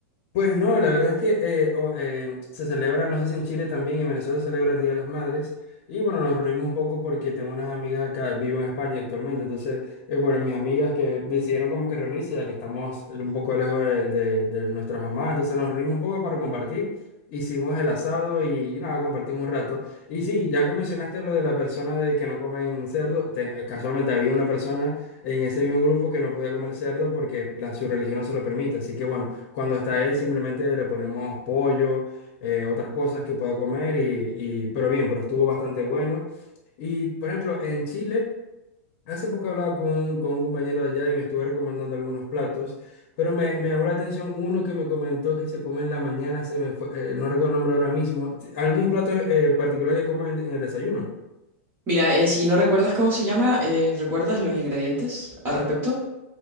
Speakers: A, on the left (about 45°); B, on the right (about 25°).
A: Pues no, la verdad es que eh, o- eh, se celebra, no sé si en Chile también, en Venezuela se celebra el Día de las Madres. Y bueno, nos reunimos un poco porque tengo unas amigas acá, vivo en España actualmente. Entonces, eh, bueno, mis amigas que decidieron como que reunirse, ya que estamos un poco lejos de, de- de nuestras mamás. Entonces nos reunimos un poco para compartir. Hicimos el asado y nada, compartimos un rato. Y sí, ya que mencionaste lo de la persona de que no comen cerdo, te- casualmente había una persona en ese mismo grupo que no podía comer cerdo porque la, su religión no se lo permite. Así que bueno. Cuando está él, simplemente le ponemos pollo, eh, otras cosas que pueda comer, y, y- pero bien, pero estuvo bastante bueno. Y, por ejemplo, en Chile, hace poco hablaba con, con un compañero de allá y me estuve recomendando algunos platos, pero me, me llamó la atención uno que me comentó que se come en la mañana, se me fue- eh, no recuerdo el nombre ahora mismo. ¿Algún plato eh, particular que comen en, en el desayuno?
B: Mira, eh, si no recuerdas cómo se llama, eh, ¿recuerdas los ingredientes al respecto?